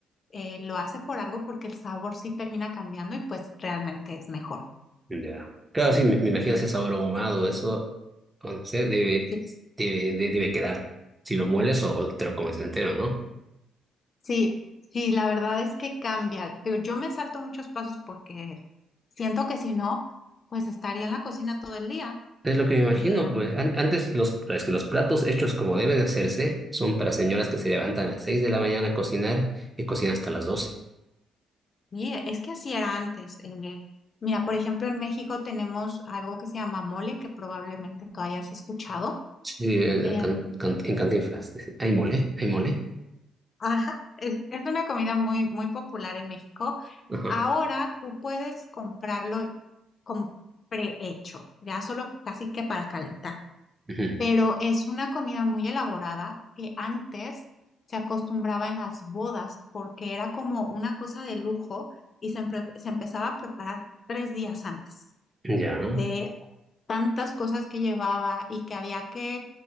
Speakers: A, on the left; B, on the right.
A: eh, lo hace por algo porque el sabor sí termina cambiando y pues realmente es mejor.
B: Ya. Claro,
A: Sí.
B: sí, me, me imagino
A: Mm.
B: ese sabor ahumado, eso, o no sé, debe,
A: Sí,
B: debe, de- debe quedar. Si lo mueles o te lo comes entero, ¿no?
A: Sí, sí, la verdad es que cambia. Pero yo me salto muchos pasos porque siento que si no, pues estaría en la cocina todo el día.
B: Es lo que me imagino,
A: Eh,
B: pues an- antes los, es que los platos hechos como deben de hacerse son para señoras que se levantan a las 6 de la mañana a cocinar y cocinan hasta las doce
A: y es que así era antes. eh, mira, por ejemplo, en México tenemos algo que se llama mole, que probablemente tú hayas escuchado.
B: Sí, eh,
A: Em,
B: can- can- en Cantinflas. Hay mole, hay mole.
A: ajá, es, es una comida muy, muy popular en México.
B: Ajá.
A: Ahora tú puedes comprarlo como prehecho, ya solo casi que para calentar.
B: Ujú.
A: pero es una comida muy elaborada que antes se acostumbraba en las bodas porque era como una cosa de lujo y se, empe- se empezaba a preparar tres días antes
B: Ya.
A: de tantas cosas que llevaba y que había que